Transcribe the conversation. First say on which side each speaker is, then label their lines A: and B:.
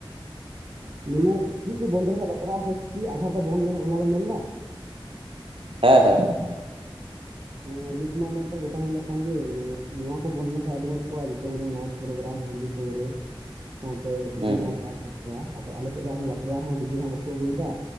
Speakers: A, on the right (about 40°); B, on the right (about 75°).
A: ᱢᱟᱱᱮ ᱪᱮᱫ ᱠᱚ ᱵᱚᱱᱫᱚ ᱞᱮᱠᱷᱟᱱ ᱵᱟᱛᱨᱟᱜᱼᱟ, ᱥᱮ ᱪᱮᱫ ᱟᱫᱷᱟᱨ ᱠᱚ ᱵᱚᱱᱫᱚ ᱚᱱᱟ ᱵᱮᱱ ᱢᱮᱱ ᱫᱟᱼᱼ
B: ᱦᱮᱸ, ᱦᱮᱸ, ᱦᱮᱸ᱾
A: ᱦᱮᱸ ᱱᱤᱛ ᱢᱟ ᱜᱚᱴᱟ ᱧᱮᱞᱚᱜ ᱠᱟᱱ ᱜᱮ, ᱢᱟᱱᱮ ᱱᱚᱣᱟ ᱠᱚ ᱵᱚᱱᱫ ᱞᱮᱱᱠᱷᱟᱱ ᱟᱹᱰᱤ ᱢᱚᱸᱡᱽ ᱠᱚᱜᱼᱟ᱾ ᱯᱨᱳᱜᱨᱟᱢ ᱦᱟᱹᱰᱤ ᱯᱟᱹᱣᱨᱟᱹ, ᱥᱟᱶᱛᱮ
B: ᱦᱮᱸ
A: ᱵᱤᱡᱤ ᱰᱷᱟᱥ
B: ᱦᱩᱸ
A: ᱟᱨ ᱜᱮᱭᱟ ᱟᱫᱚ ᱟᱞᱮ ᱥᱮᱫ ᱦᱟᱸᱜ ᱵᱟᱯᱞᱟ ᱨᱮᱦᱚᱸ ᱰᱤᱡᱮ ᱦᱚᱸ ᱵᱟᱠᱚ ᱟᱹᱜᱩᱭᱫᱟ᱾